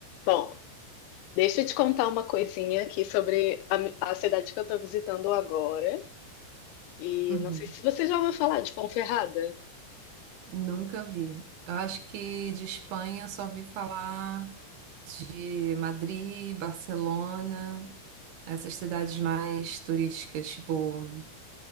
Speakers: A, on the left; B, on the right.
A: Bom, deixa eu te contar uma coisinha aqui sobre a, mi- a cidade que eu estou visitando agora. E
B: Uhum.
A: não sei se você já ouviu falar de Ponferrada.
B: Nunca vi. Eu acho que de Espanha só vi falar de Madrid, Barcelona, essas cidades mais turísticas, tipo